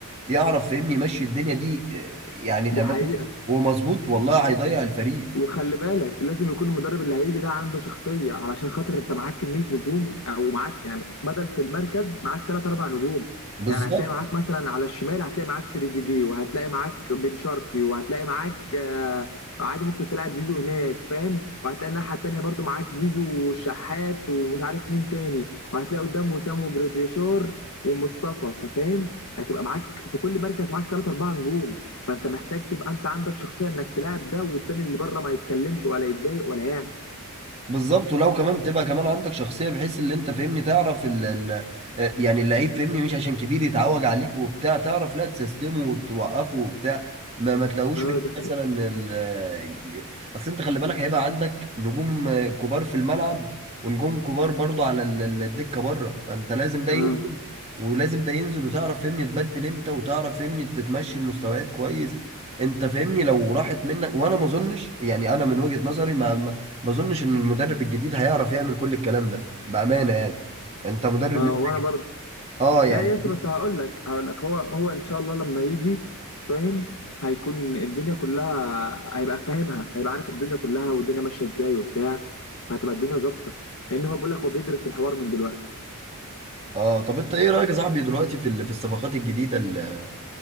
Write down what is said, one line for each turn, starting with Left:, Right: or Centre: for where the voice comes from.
Right: يعرف فهمني يمشي الدنيا دي آه، يعني تمام
Left: دي حقيقه
Right: ومظبوط والله هيضيع الفريق
Left: وخلي بالك لازم يكون المدرب اللي هيجي ده عنده شخصية علشان خاطر انت معاك كمية نجوم او معاك يعني بدل في المركز معاك ثلاث اربع نجوم
Right: بالظبط
Left: يعني هتلاقي معاك مثلا على الشمال هتلاقي معاك تريزيجيه وهتلاقي معاك بن شرقي وهتلاقي معاك آه عادي ممكن تلعب زيزو هناك فاهم وهتلاقي الناحية التانية برضو معاك زيزو وشحات ومش عارف مين تاني وهتلاقي قدام وسام وجراديشار ومصطفى فاهم هتبقى معاك في كل مركز معاك ثلاث اربع نجوم فانت محتاج تبقى انت عندك شخصيه انك تلاعب ده والتاني اللي بره ما يتكلمش ولا يتضايق ولا يعمل
Right: بالظبط ولو كمان تبقى كمان عندك شخصية بحيث اللي انت فاهمني تعرف ال ال آه، يعني اللعيب فاهمني مش عشان كبير يتعوج عليك وبتاع تعرف لا تسيستمه وتوقفه وبتاع ما ما تلاقوش
Left: اه
Right: فاهمني
Left: ده حقيقي
Right: مثلا ال ي- اصل انت خلي بالك هيبقى عندك نجوم كبار في الملعب ونجوم كبار برضو على ال- ال- الدكة بره فانت لازم ده ينزل
Left: اه
Right: ولازم ده ينزل وتعرف فاهمني تبدل امتى وتعرف فاهمني تتمشي المستويات كويس انت فاهمني لو راحت منك وانا ما اظنش يعني انا من وجهة نظري ما ما اظنش ان المدرب الجديد هيعرف يعمل كل الكلام ده بامانه يعني انت مدرب
Left: اه
Right: لسه
Left: وانا برضه
Right: اه يعني
Left: لا يا اسطى بس هقول لك هقول لك هو هو ان شاء الله لما يجي فاهم هيكون الدنيا كلها هيبقى فاهمها هيبقى عارف الدنيا كلها والدنيا ماشيه ازاي وبتاع فهتبقى الدنيا ظابطه لان هو بيقول لك هو بيدرس الحوار من دلوقتي
Right: اه طب انت ايه رايك يا صاحبي دلوقتي في ال- في الصفقات الجديده ال-